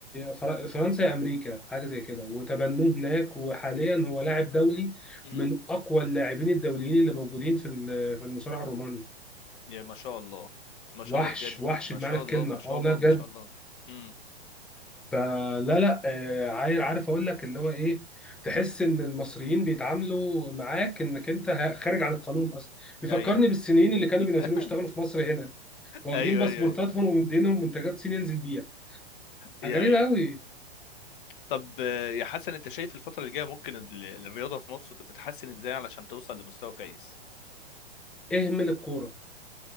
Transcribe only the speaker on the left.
م-
يا ما شاء الله ما شاء
الله بجد
ما
شاء
الله ما
شاء
الله
ما شاء الله امم
ايوه
<laughs>
ايوه
ايوه ايوه
يا
ايوه
طب آه، يا حسن انت شايف الفتره اللي جايه ممكن ال- الرياضه في مصر تتحسن ازاي علشان توصل لمستوى كويس